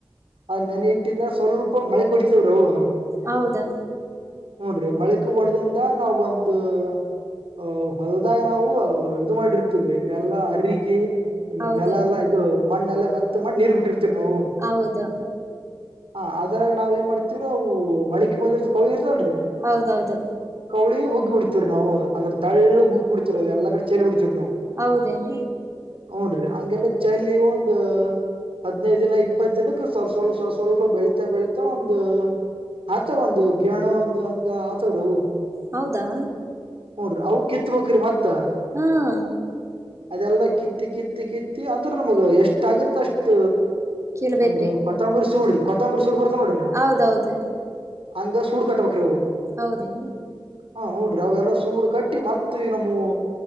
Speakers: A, on the right (about 80°); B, on the right (about 30°).
A: ಅದ್ ನೆನೆ ಇಟ್ಟಿಂದ ಸ್ವಲ್ಪ ಮಳೆ ಕುಡಿತವ್ರವು
B: ಹೌದಾ
A: ಹೂಡ್ರಿ ಮಳಕ್ ಒಡದಿಂದ ನಾವ ಒಂದು ಅ ಹೊಲ್ದಾಗ ನಾವು ಇದು ಮಾಡಿರ್ತಿವ್ರಿ ಎಲ್ಲಾ ಅರ್ರಕಿ
B: ಹೌದೌದು
A: ನೆಲಲ್ಲ ಇದು ಮಣ್ಣೆಲ್ಲ ಮತ್ತತ್ ಮಣ್ಣ ನೀರ್ ಬಿಟ್ಟಿರ್ತೀವ ನಾವು
B: ಹೌದು
A: ಹ ಅದ್ರಾಗ ನಾವ ಏನ್ ಮಾಡ್ತತಿವ್ರ ಅವು ಮಳಿಕ್ಕೆ ಮುಂದಿರ್ ಕಳ ಇರ್ತಲ್ರೀ
B: ಹೌದೌದು
A: ಕೌಳಿ ಉಗ್ಬ ಬಿಡ್ತತಿವಿ ನಾವು ಅದ್ರ ತಳ್ಳು ಉುಗಿ ಬಿಡ್ತಿವಿ ಅದದೆಲ್ಲ ಕಡೆ ಚೆಲ್ ಬಿಡ್ತಿವ್ ನಾವು
B: ಹೌದನ್
A: ಹ್ನ್ರಿ ಹಗೆಲ್ಲ ಚಲಿ ಒಂದ ಹದ್ನೈದು ದಿನ ಇಪ್ಪತ್ ದಿನಕ್ಕ ಸ್ವ ಸ್ವಲ್ಪ ಸ್ವಲ್ಪ ಬೆಳೀಿತ ಬೆಳಿತಾ ಒಂದು ಆತರ್ ಒಂದು ಗಿಣ ಒಂದು ಹತವ ರ
B: ಹೌದಾ
A: ಹೋಡ್ರಿ ಅ ಕಿತ್ಬಕ್ರಿ ಮತ್ತ
B: ಹ್ಮ
A: ಅದೆಲ್ಲಾ ಕಿತ್ತಿ ಕಿತ್ತಿ ಕಿತ್ತಿ ಅಂದ್ರೂ ನಮಗ ಎಷ್ಟ ಆಗುತ್ತ ಅಷ್ಟ
B: ಕೇಳ್ಬೇಕ್ರಿ
A: ಒಂದು ಕೊತ್ತಾಂಬರಿ ಸೂಡ್ರಿ ಕೊತ್ತಾಂಬರಿ ಸೂಡ್ ಬರ್ತಾ ನೋಡ್ರಿ
B: ಹೌದೌದು
A: ಹಂಗ ಸೂಡ್ ಕಟ್ಟಬೇಕ್ರಿ ಅವು
B: ಹೌದೆನ್
A: ಹ ಹುನ್ರಿ ಅವೆಲ್ಲ ಸೂಡ್ ಕಟ್ಟಿ ಮತ್ತ ಈ ನಮ್ಮವು